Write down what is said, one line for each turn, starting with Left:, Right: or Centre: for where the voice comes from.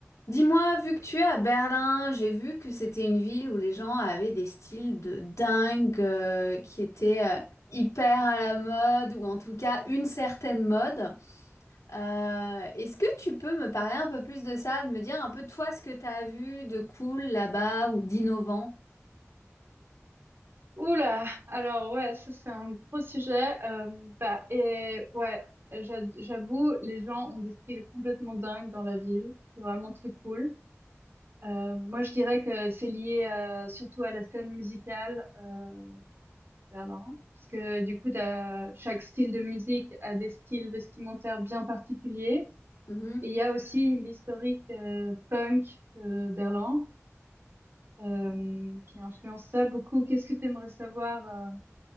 Left: Dis-moi, vu que tu es à Berlin, j'ai vu que c'était une ville où les gens avaient des styles de dingue euh, qui étaient euh, hyper à la mode ou en tout cas une certaine mode. Euh, est-ce que tu peux me parler un peu plus de ça, de me dire un peu toi ce que tu as vu de cool là-bas ou d'innovant?
Right: Oula, alors ouais, ça c'est un gros sujet. Euh, bah et ouais, j'a- j'avoue, les gens ont des styles complètement dingues dans la ville. C'est vraiment très cool. Euh, moi, je dirais que c'est lié euh, surtout à la scène musicale euh, de Berlin, parce que du coup, t'as, chaque style de musique a des styles vestimentaires bien particuliers.
Left: Mhm.
Right: Et il y a aussi l'historique euh, punk de Berlin euh, qui influence ça beaucoup. Qu'est-ce que tu aimerais savoir? euh,